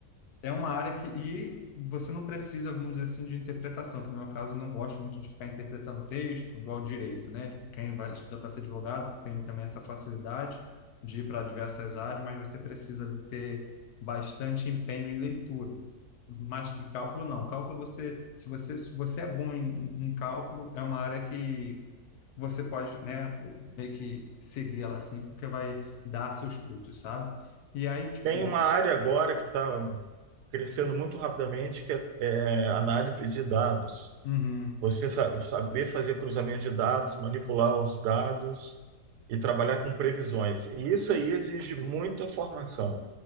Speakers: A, on the left; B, on the right.
A: é uma área que, e você não precisa, vamos dizer assim, de interpretação, que no meu caso eu não gosto muito de ficar interpretando texto, igual direito, né? Tipo, quem vai estudar para ser advogado tem também essa facilidade de ir para diversas áreas, mas você precisa de ter bastante empenho em leitura. Mas em cálculo não. Cálculo você, se você, se você é bom em, em cálculo, é uma área que você pode, né, meio que seguir ela assim, porque vai dar seus frutos, sabe? E aí, tipo,
B: Tem uma área agora que está crescendo muito rapidamente, que é, é análise de dados.
A: uhum,
B: Você sa- saber fazer cruzamento de dados, manipular os dados e trabalhar com previsões. E isso aí exige muita formação.